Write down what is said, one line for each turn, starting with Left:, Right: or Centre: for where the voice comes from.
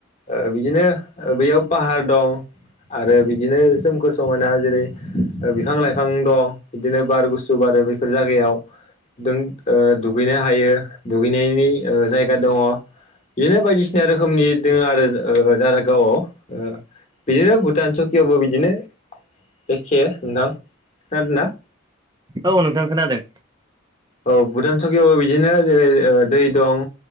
Left: ओ बिदिनो बैयाव पाहार दं आरो बिदिनो सोमखोर समायना जेरै बिफां लाइफां दं बिदिनो बार गुसु बारो बैफोर जायगायाव नों ओ दुगैनो हायो दुगैनायनि ओ जायगा दङ' । बेनो बायदिसिना रोखोमनि दोङो आरो ओ दारा गावआव। ओ बिदिनो भुटान सकियावबो बिदिनो। एखे नोंथां खोनादोंना?
Right: औ नोंथां खोनादों।
Left: औ भुटान सकियावबो बिदिनो जेरै ओ दै दं